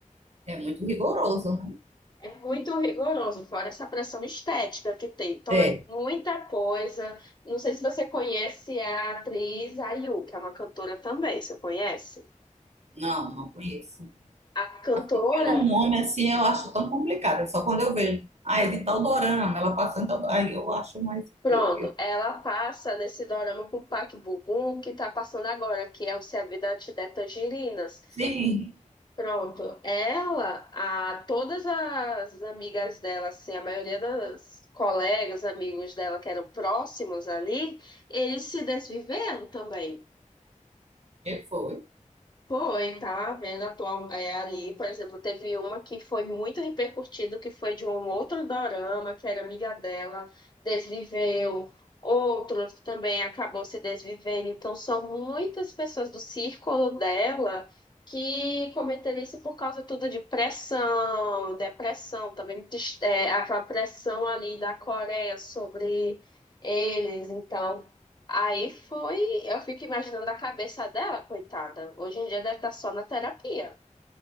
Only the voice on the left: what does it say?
É muito rigoroso, fora essa pressão estética que tem. Então
é muita coisa. Não sei se você conhece a atriz Ayu, que é uma cantora também, você conhece?
A cantora,
pronto,
ela passa nesse dorama com o Park Bo-gum, que tá passando agora, que é o Se a Vida Te Der Tangerinas.
Pronto, ela, a, todas as amigas dela, assim, a maioria das colegas, amigos dela que eram próximos ali, eles se desviveram também.
Foi, tá vendo atual, é, ali, por exemplo, teve uma que foi muito repercutida, que foi de um outro dorama, que era amiga dela, desviveu, outro que também acabou se desvivendo. Então, são muitas pessoas do círculo dela que cometeram isso por causa tudo de pressão, depressão, também é, aquela pressão ali da Coreia sobre eles. Então, Aí foi, eu fico imaginando a cabeça dela, coitada. Hoje em dia deve estar só na terapia.